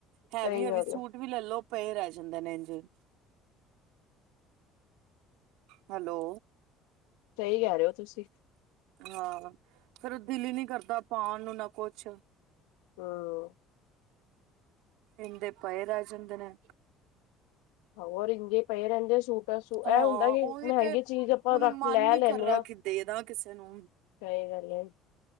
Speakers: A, on the right; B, on the left.
A: ਹੈਵੀ-ਹੈਵੀ
B: ਸਹੀ ਗੱਲ
A: ਸੂਟ ਵੀ ਲੈਲੋ ਪਏ ਰਹਿ ਜਾਂਦੇ ਨੇ ਇੰਝੇਈ। ਹੈਲੋ
B: ਸਹੀ ਕਹਿ ਰਹੇ ਹੋ ਤੁਸੀਂ।
A: ਹਾਂ ਫਿਰ ਦਿਲ ਹੀ ਨਹੀਂ ਕਰਦਾ ਪਾਉਣ ਨੂੰ ਨਾ ਕੁਛ।
B: ਹਮ।
A: ਇੰਦੇ ਪਏ ਰਹਿ ਜਾਂਦੇ ਨੇ।
B: ਹੋਰ ਇੰਜ ਹੀ ਪਏ ਰਹਿੰਦੇ ਏ ਸੂਟ। ਕਸੂਰ
A: ਹਾਂ
B: ਇਹ ਹੁੰਦਾ ਕਿ
A: ਉਹੀ
B: ਮਹਿੰਗੀ
A: ਤੇ
B: ਚੀਜ਼ ਆਪਾਂ
A: ਹੁਣ
B: ਰੱਖ
A: ਮਨ
B: ਲੈ
A: ਨੀ
B: ਲੈਣੇ
A: ਕਰ ਰਿਹਾ
B: ਆ
A: ਕਿ ਦੇ ਦਾ ਕਿਸੇ ਨੂੰ
B: ਸਹੀ ਗੱਲ ਏ।